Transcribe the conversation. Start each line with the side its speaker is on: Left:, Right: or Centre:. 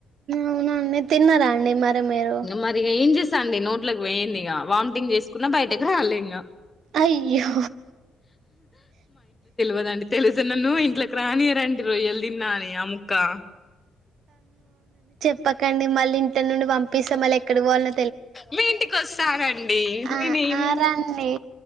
Right: అవునండి తిన్నారా అండి మరే మీరు
Left: మరి ఇగ ఏం చేస్తా అండి నోట్లలకు వేయంంది ఇక వామిటింగ్ చేసుకున్నా బయటకు రాలే ఇంక
Right: అయ్యో
Left: ఓదండి తెలుస్తేనన్ను ఇట్లోకి రానివారు అండి రొయ్యలు తిన్నఅని ఆ ముక్క
Right: ప్పకండి మళ్ళీ ఇట్ల నుండి పంపిస్తే మళ్ళీ ఎక్కడ పోవాలో
Left: మీ ఇంటికి వస్తానండి
Right: ఆ
Left: నేను ఏమి
Right: ఆ రండి